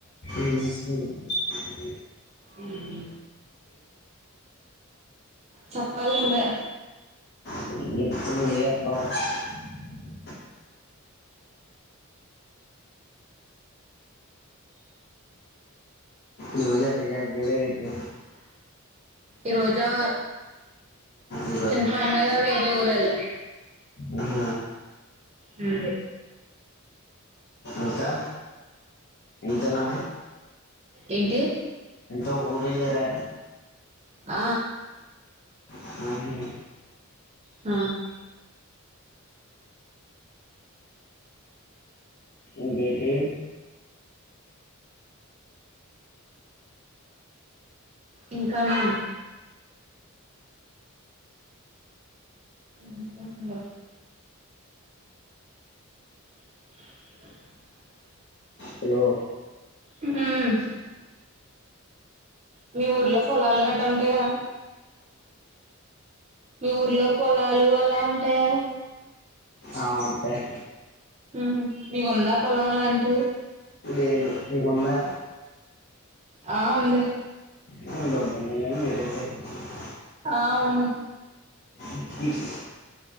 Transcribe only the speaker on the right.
ఉ హు చొప్పాల్ నువ్వే
ఈ రోజా
చిన్న పని మీద వేరే ఊరెల్లా
ఉ
ఏంటి
ఆ
ఆ
ఇంకానా ఇంకా బా <inaudible>
ఉమ్ హ మీ ఊర్లో పొలాలు గట్ట ఉంటాయా మీ ఊర్లో పొలాలు అలా ఉంటాయా చ్
ఉహు మీకుందా పొలం లాంటిది
ఆ ఉంది
అవును